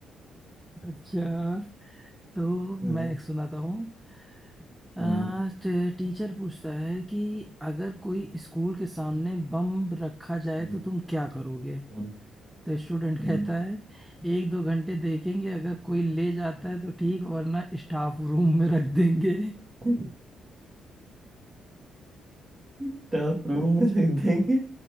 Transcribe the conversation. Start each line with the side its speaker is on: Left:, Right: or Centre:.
Centre: अच्छा तो
Right: हम्म
Centre: मैं एक सुनाता हूँ आ,
Right: हम्म
Centre: टे- टीचर पूछता है कि अगर कोई स्कूल के सामने बम रखा जाए
Right: हम्म
Centre: तो तुम क्या करोगे
Right: हम्म,
Centre: तो स्टूडेंट
Right: हम्म,
Centre: कहता है एक दो घंटे देखेंगे अगर कोई ले जाता है तो ठीक वरना स्टाफ रूम में रख देंगे
Right: हम्म। स्टाफ रूम में रख देंगे